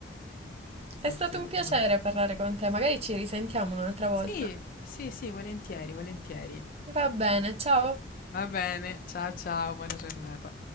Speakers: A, on the left; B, on the right.
A: Sì,
B: È stato
A: sì,
B: un piacere
A: molto.
B: parlare con te, magari ci risentiamo un'altra volta.
A: Sì, sì, sì, volentieri, volentieri.
B: Va bene, ciao.
A: Va bene, ciao ciao, buona giornata.